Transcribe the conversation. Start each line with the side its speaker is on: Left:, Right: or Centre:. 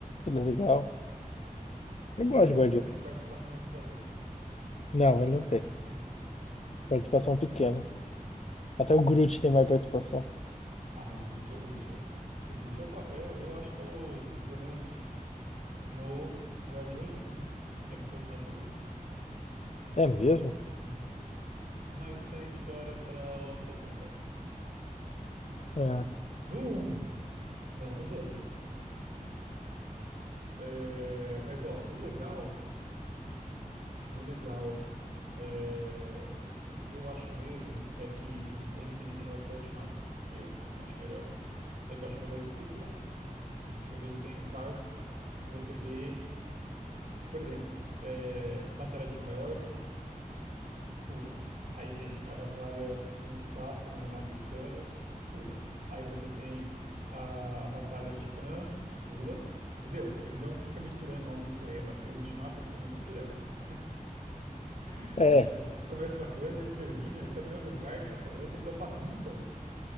Left: ele é legal. Eu
Right: Mas
Left: gosto de
Right: ele
Left: Guardiões.
Right: não tem participação nos Vingadores.
Left: Não,
Right: <laughs>
Left: ele não tem. Participação pequena. Até o Groot tem mais participação.
Right: Ah, mas o Groot é o Groot, né? O Groot é o, fa- eu, eu acho que é o. Pelo menos no Guardiões um é meu personagem favorito.
Left: É mesmo?
Right: Uhum. Mas isso é história para outra conversa.
Left: É.
Right: No um? Não, nos outros. É, mas, ó, o legal. O legal é, que eu acho mesmo é que do, do Guerra Infinita em relação ao Ultimato, que eu, eu acho melhor, é que eu acho melhor estruturado. O filme ele tem partes que você vê, por exemplo, é, Batalha de Nova York, pula. Aí tem a batalha no espaço, lá na nave do Thanos, pula. Aí você tem a batalha em Titã, pula. Entendeu? Ele não fica misturando uma mistureba. O Ultimato ele tem uma mistureba. <laughs>
Left: É,
Right: Tipo, começa uma coisa e não termina, e tá no mesmo lugar, e começa outra, então é uma bagunça.